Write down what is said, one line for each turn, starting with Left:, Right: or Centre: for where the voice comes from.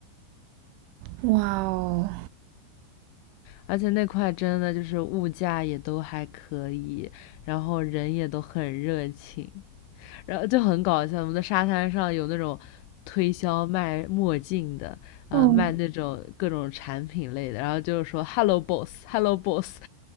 Right: 哇哦，
Left: 而且那块真的就是物价也都还可以，然后人也都很热情。然后就很搞笑。我们的沙滩上有那种推销卖墨镜的，啊、
Right: 嗯，
Left: 卖那种各种产品类的，然后就是说 “Hello boss, Hello boss,